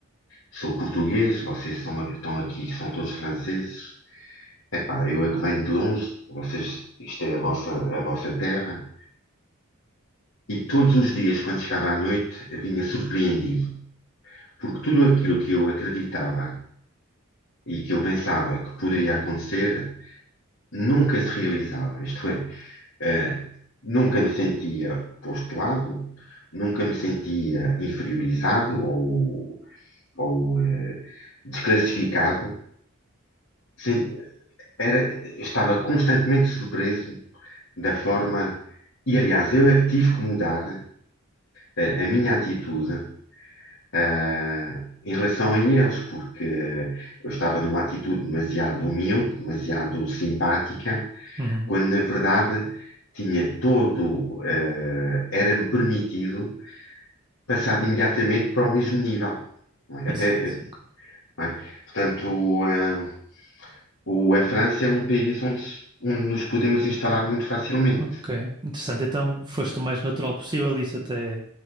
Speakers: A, on the left (about 75°); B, on the right (about 20°).
A: sou português, vocês são, estão aqui, são todos franceses. Epá, eu é que venho de longe, vocês, isto é a vossa, a vossa terra. E todos os dias, quando chegava à noite, vinha surpreendido, porque tudo aquilo que eu acreditava e que eu pensava que poderia acontecer nunca se realizava. Isto é, Eh, nunca me sentia posto de lado, nunca me sentia inferiorizado ou, ou eh, desclassificado. Sem- era- estava constantemente surpreso da forma. E aliás, eu é que tive que mudar eh, a, minha atitude ah, em relação a eles, porque eu estava numa atitude demasiado humilde, demasiado simpática
B: Uhum.
A: quando na verdade tinha todo, eh, era-me permitido passar imediatamente para o mesmo nível. não é?
B: Exato.
A: Até,
B: Ok,
A: não é? Portanto, eh, o, a França é um país onde, se- onde nos podemos instalar muito facilmente.
B: Ok. interessante. Então foste o mais natural possível e isso até,